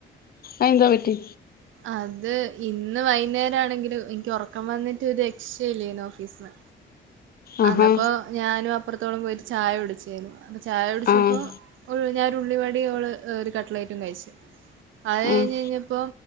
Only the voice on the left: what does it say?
അയിന്ദ പറ്റി
ആഹാ
ആഹ്
ആഹ്